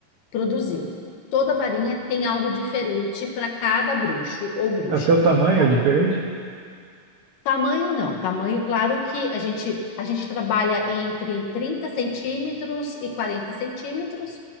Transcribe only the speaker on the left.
produziu. Toda varinha tem algo diferente para cada bruxo ou bruxa,
tá bom?
Tamanho não, tamanho, claro que a gente, a gente trabalha entre 30 centímetros e 40 centímetros,